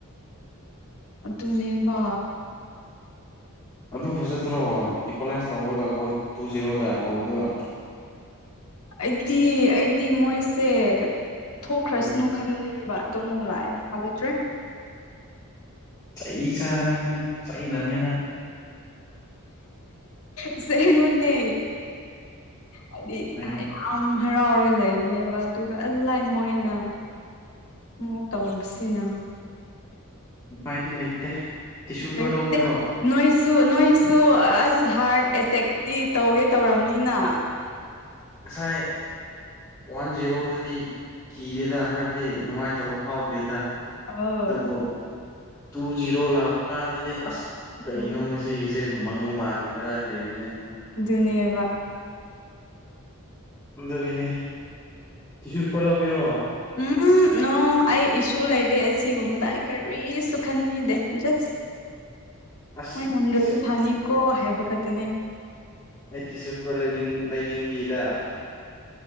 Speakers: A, on the left; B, on the left.
A: ꯑꯗꯨ ꯑꯗꯨꯅꯦꯕꯥ
B: ꯑꯗꯨ ꯐꯖꯠꯇ꯭ꯔꯣ ꯏꯀ꯭ꯋꯥꯂꯥꯏꯁ ꯇꯧꯔꯒ ꯒꯣꯜ ꯇꯨ ꯖꯤꯔꯣꯗ ꯍꯥꯎꯗ
A: ꯑꯩꯗꯤ ꯑꯩꯗꯤ ꯃꯣꯏꯁꯦ ꯊꯣꯛꯈ꯭ꯔꯁꯅꯨ
B: ꯎꯝ
A: ꯈꯟꯕꯅꯦꯕ ꯑꯗꯣ ꯑꯃꯨꯛ ꯂꯥꯛꯑꯦ ꯎꯄꯥꯏ ꯂꯩꯇ꯭ꯔꯦ
B: ꯆꯩ ꯆꯥꯅꯤ ꯅꯪ ꯆꯩ ꯅꯝꯃꯦ ꯅꯪ
A: ꯑꯁꯦꯡꯕꯅꯦ ꯑꯩꯗꯤ
B: ꯅꯪ
A: ꯍꯥꯏ ꯑꯝ ꯍꯔꯥꯎꯔꯒ ꯂꯩꯔꯨꯅꯦꯕ ꯑꯗꯨꯒ ꯑꯜ ꯂꯥꯏ ꯃꯣꯏꯅ ꯃꯨꯛ ꯇꯧꯕꯁꯤꯅ
B: ꯎꯄꯥꯏꯗꯤ ꯂꯩꯇꯦ ꯇꯤꯁꯨ ꯄꯦꯄꯔ
A: ꯂꯩꯇꯦ
B: ꯂꯧꯕꯤꯔꯣ
A: ꯅꯣꯏꯁꯨ ꯅꯣꯏꯁꯨꯨ ꯑꯁ ꯍꯥꯔꯠ ꯑꯦꯇꯦꯛꯇꯤ ꯇꯧꯒꯦ ꯇꯧꯔꯝꯅꯤꯅ
B: ꯉꯁꯥꯏ ꯋꯥꯟ ꯖꯤꯔꯣꯗꯗꯤ ꯀꯤꯗꯦꯗ ꯍꯥꯏꯕꯗꯤ ꯅꯨꯡꯉꯥꯏꯇꯕ ꯐꯥꯎꯗ꯭ꯔꯤꯗ
A: ꯑꯣ
B: ꯑꯗꯨꯕꯨ ꯇꯨ ꯖꯤꯔꯣ ꯂꯥꯛꯄ ꯀꯥꯟꯗꯗꯤ ꯑꯁ ꯀꯩꯅꯣ
A: ꯎꯝ
B: ꯉꯁꯤꯒꯤꯁꯤ ꯃꯪ ꯃꯥꯟꯈ꯭ꯔꯦꯗꯥꯅ ꯂꯩꯕꯅꯦ
A: ꯑꯗꯨꯅꯦꯕ
B: ꯑꯗꯨꯒꯤꯅꯦ ꯁꯨ ꯄꯦꯄꯔ ꯂꯧꯒꯤꯔꯣ
A: ꯎꯝ ꯅꯣ ꯑꯩ ꯏꯁꯨ ꯂꯩꯇꯦ ꯑꯁꯤꯒꯨꯝꯕꯗ ꯑꯩ ꯀꯔꯤꯁꯨ ꯈꯟꯕꯤꯗꯦ ꯖꯁ
B: ꯑꯁ
A: ꯃꯣꯏ ꯉꯝꯗ꯭ꯔꯗꯤ
B: ꯇꯤꯁꯨ
A: ꯐꯅꯤꯀꯣ ꯍꯥꯏꯕ ꯈꯛꯇꯅꯦ
B: ꯑꯩ ꯇꯤꯁꯨꯄꯦꯄꯔ ꯂꯩꯅꯤꯡ ꯂꯩꯅꯤꯡꯕꯤꯗ